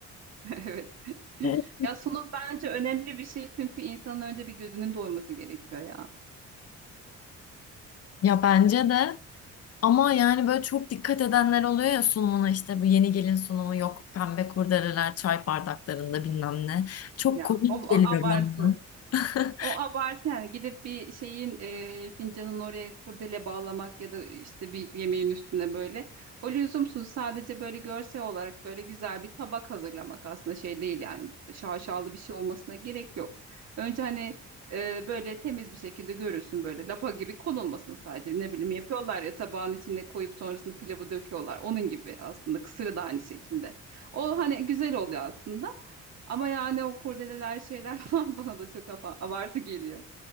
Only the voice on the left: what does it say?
Evet.
Ya bence de Ama yani böyle çok dikkat edenler oluyor ya sunumuna işte bu yeni gelin sunumu yok pembe kurdeleler çay bardaklarında bilmem ne. Çok
komik
geliyor
bana. <laughs>